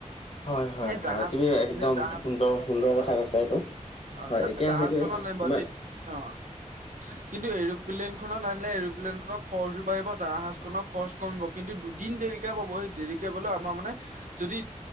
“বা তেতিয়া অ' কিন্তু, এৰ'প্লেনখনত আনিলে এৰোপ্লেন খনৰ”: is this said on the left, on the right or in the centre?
Right